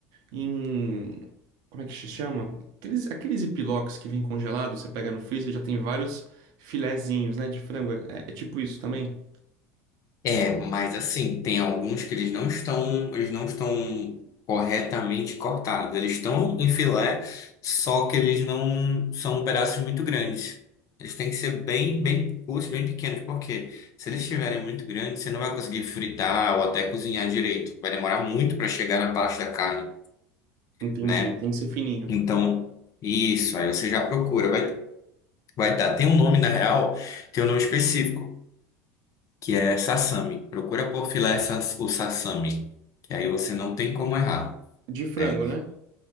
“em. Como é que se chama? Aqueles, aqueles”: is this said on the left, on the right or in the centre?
Right